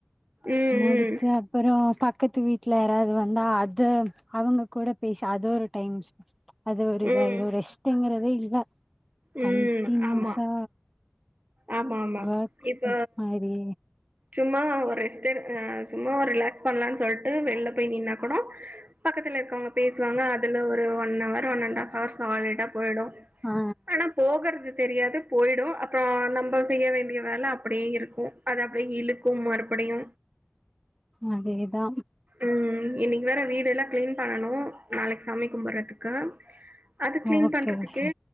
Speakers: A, on the right; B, in the centre.
A: ம்
B: முடிச்சா
A: ம்
B: அப்பறோ பக்கத்து வீட்ல யாராவ்து வந்தா அத அவங்க கூட பேச அது ஒரு டைம் அது ஒரு இதா
A: ம்
B: ஆய்ரு ரெஸ்ட்டுங்கறதே இல்ல
A: ம்
B: கன்ட்டினியூஸா
A: ஆமா ஆமா ஆமா
B: ஒர்க்
A: இப்ப
B: மாரி
A: சும்மா ஒரு ரெஸ்ட்டெடுக் அ சும்மா ஒரு ரிலாக்ஸ் பண்லான் சொல்ட்டு வெள்ல போய் நின்னா கூட பக்கத்துல இருக்கவங்க பேசுவாங்க அதுல ஒரு one hour one and half hour சாலிடா போயிடோ
B: ஆ
A: ஆனா போகற்து தெரியாது போயிடோ அப் றோ நம்ப செய்ய வேண்டிய வேல அப்டியே இருக்கோ அது அப்டியே இழுக்கு மறுபடியு
B: அதுக்கு தா
A: ம் இன்னைக்கு வேற வீடெல்லா கிளீன் பண்ணனு நாளைக்கு சாமி கும்பறதுக்கு அது க்ளின்
B: ஓகே
A: பண்றதுக்கே
B: ஓகே